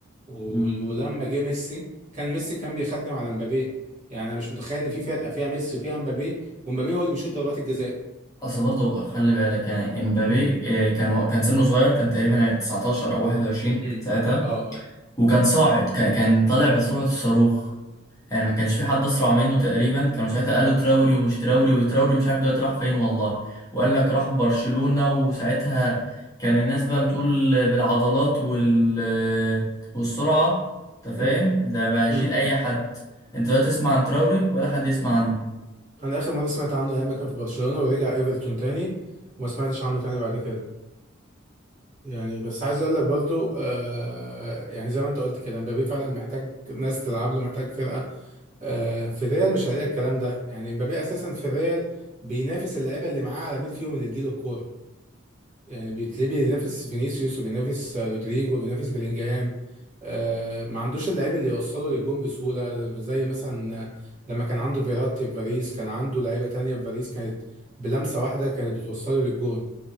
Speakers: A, on the right (about 35°); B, on the left (about 15°).
A: و-
B: مم،
A: ولما جه ميسي كان ميسي كان بيخدم على مبابي يعني انا مش متخيل ان في فرقه فيها ميسي وفيها مبابي ومبابي هو اللي بيشوط ضربات الجزاء
B: اصل برضه خلي بالك يعني امبابي آه، كان و- كان سنه صغير كان تقريبا 19 او 21
A: امم
B: ساعتها
A: اه آه.
B: وكان صاعد كان كان طالع بسرعه الصاروخ يعني ما كانش في حد اسرع منه تقريبا كانوا ساعتها قالوا تراوري ومش تراوري وتراوري مش عارف دلوقتي راح فين والله وقال لك راح برشلونة وساعتها كان الناس بقى بتقول بالعضلات وال والسرعة انت فاهم
A: امم
B: ده ما هيشيل
A: امم
B: اي حد انت لا تسمع عن تراوري ولا حد يسمع عنه
A: انا اخر مره سمعت عنه ايام ما كان في برشلونه ورجع ايفرتون تاني وما سمعتش عنه تاني بعد كده يعني بس عايز اقول لك برضو آه يعني زي ما انت قلت كده مبابي فعلا محتاج ناس تلعب له محتاج فرقه آه في الريال مش هلاقي الكلام ده يعني مبابي اساسا في الريال بينافس اللعيبه اللي معاه على مين فيهم اللي تجيله الكوره يعني بتلاقيه بينافس فينيسيوس وبينافس آه، رودريجو وبينافس بلينجهام آه ما عندوش اللعيب اللي يوصله للجون بسهوله زي مثلا آه، لما كان عنده فيراتي في باريس كان عنده لعيبه تانية في باريس كانت بلمسه واحده كانت بتوصله للجون